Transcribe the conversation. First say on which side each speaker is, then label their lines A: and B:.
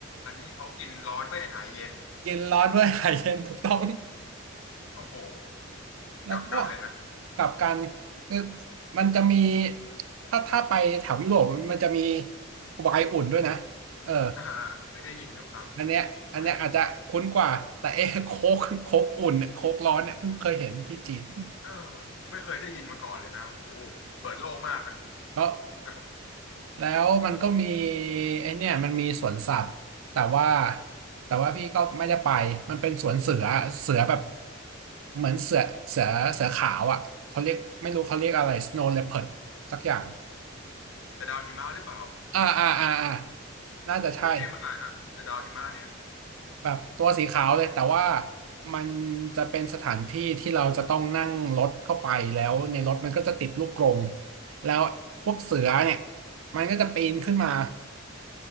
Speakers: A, on the left; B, on the right.
A: อันนี้เขากินร้อนเพื่อให้หายเย็น
B: กินร้อนเพื่อหายเย็นถูกต้อง
A: โอ้โหมันกลับกันเลยนะ
B: แล้วก็กลับกันคือมันจะมีถ้าถ้าไปแถวยุโรปมันจะมีไวน์อุ่นด้วยนะเออ
A: อ่าเคยได้ยินอยู่ครับผมไว้
B: อันเนี้ยอันเนี้ยอาจจะคุ้นกว่า แต่เอ๊ะโค้กโค้กอุ่นเนี่ยโค้กร้อนเนี่ยเพิ่งเคยเห็นที่จีน
A: เออไม่เคยได้ยินมาก่อนเลยนะโอ้โหเปิดโลกมากอ่ะ
B: ก็
A: แต่ผม
B: แล้วมันก็มีไอเนี่ยมันมีสวนสัตว์แต่ว่าแต่ว่าพี่ก็ไม่ได้ไป มันเป็นสวนเสือเสือแบบเหมือนเสือเสือเสือขาวอ่ะเขาเรียกไม่รู้เขาเรียกอะไร snow leopard สักอย่าง
A: แต่ดาวหิมะหรือเปล่า
B: อ่าอ่าอ่าอ่าน่าจะใช่
A: โอ้ยเท่มากนะแต่ดาวหิมะเนี่ย
B: แบบตัวสีขาวเลยแต่ว่ามันจะเป็นสถานที่ที่เราจะต้องนั่งรถเข้าไปแล้วในรถมันก็จะติดลูกกรงแล้วพวกเสือเนี่ยมันก็จะปีนขึ้นมา